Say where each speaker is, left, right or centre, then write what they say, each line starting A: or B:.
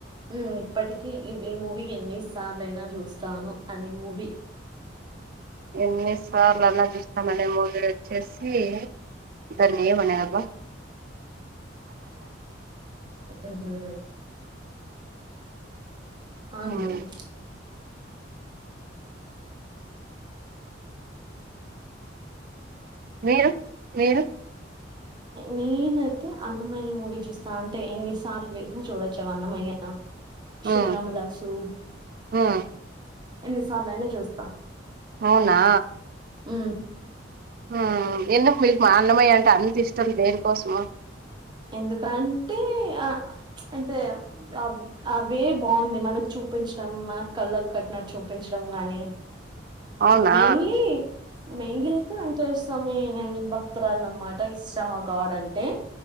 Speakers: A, on the right; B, on the right.
A: మ్ ఇప్పటికి ఈ మూవీ ఎన్ని సార్లైన చూస్తాను అనే మూవీ
B: ఎన్ని సార్లు అన్నా చూస్తాననే మూవీ వచ్చేసి దన్ని ఏమలబ్బా
A: మ్ హు ఆన్లెండి
B: ఉమ్ మీరు మీరు
A: నీనైతే అన్నమయ్య మూవీ చూస్తా అంటే ఎన్నిసార్లు వేసినా చూడొచ్చు అన్నమయ్య శ్రీ
B: ఉమ్
A: రామదాసు
B: ఉమ్
A: ఎన్నిసార్లయినా చూస్తా
B: ఆవునా
A: మ్
B: హు ఎందుకు మిక్ మా అన్నమయ్య అంటే అంత ఇష్టం దేనికోసం
A: ఎందుకంటే ఆ అంటే <unintelligible> అవి బావుంది మనకు చూపించటం మనకు కళ్లకు కట్టినట్టు చూపించడం గాని
B: అవునా
A: మెయిన్లీ <unintelligible> వెంకటేశ్వ స్వామి నం భక్తురాల అనమాట ఇష్ట గాడ్ అంటే